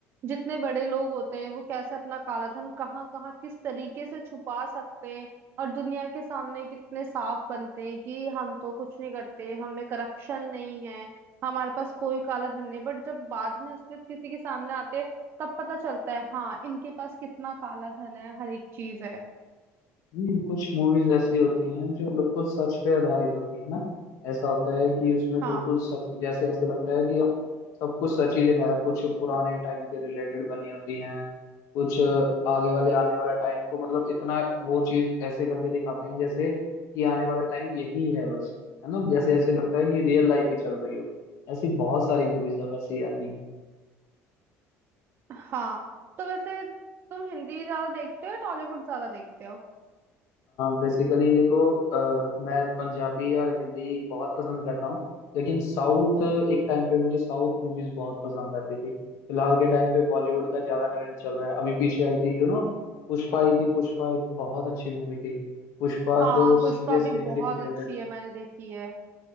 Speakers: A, on the right; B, on the left.
A: जितने बड़े लोग होते हैं वो कैसे अपना काला धन कहाँ कहाँ किस तरीके से छुपा सकते हैं और दुनिया के सामने कितने साफ बनते हैं कि हम तो कुछ नहीं करते हमें करप्शन नहीं है हमारे पास कोई काला धन नहीं बट जब बाद में असलियत किसी के सामने आते हैं तब पता चलता है हाँ इनके पास कितना काला धन है हर एक चीज है
B: हम्म, कुछ मूवीज ऐसी होती हैं जो बिल्कुल सच पे आधारित होती है ना ऐसा होता है कि उसमें
A: हाँ
B: बिल्कुल सच जैसे ऐसे लगता है कि हम सब कुछ सच ही दिखाया कुछ पुराने टाइम के रिलेटेड बनी होती हैं कुछ आगे वाले आने वाला टाइम को मतलब इतना वो चीज ऐसे करके दिखाते हैं जैसे कि आने वाला टाइम यही है बस है ना जैसे ऐसे लगता है कि रियल लाइफ ही चल रही हो ऐसी बहुत सारी मूवीज अब ऐसे ही आती हैं
A: हाँ तो वैसे तुम हिंदी ज्यादा देखते हो या टॉलीवुड ज्यादा देखते हो
B: बेसिकली देखो अ, मैं पंजाबी और हिंदी बहुत पसंद करता हूँ लेकिन साउथ एक टाइम पे मुझे साउथ मूवीज बहुत पसंद आती थी फिलहाल के टाइम पे बॉलीवुड का ज्यादा ट्रेंड चल रहा है अभी पीछे आई थी यू नो पुष्पा आई थी पुष्पा एक बहुत अच्छी मूवी थी पुष्पा
A: हाँ
B: तो सीरियसली
A: पुष्पा भी बहुत
B: मेरी फेवरेट
A: अच्छी है मैंने देखी है